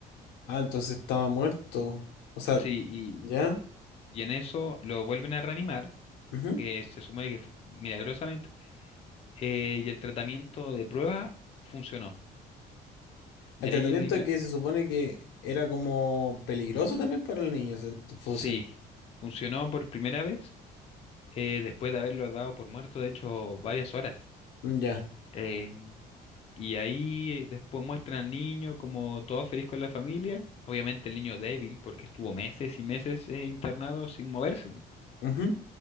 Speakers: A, on the left (about 90°); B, on the left (about 35°).
A: Ah, entonces estaba muerto. O sea,
B: Sí, y,
A: ¿ya?
B: y en eso lo vuelven a reanimar,
A: Ujú.
B: que se supone que fu- milagrosamente, eh, y el tratamiento de prueba funcionó. Y
A: El tratamiento
B: ahí el niño,
A: que se supone que era como peligroso también para el niño, se funcionó.
B: sí, funcionó por primera vez, eh, después de haberlo dado por muerto, de hecho, varias horas.
A: Ya.
B: Em, y ahí eh, después muestran al niño como todo feliz con la familia. Obviamente el niño débil, porque estuvo meses y meses eh, internado sin moverse. po.
A: Ujú.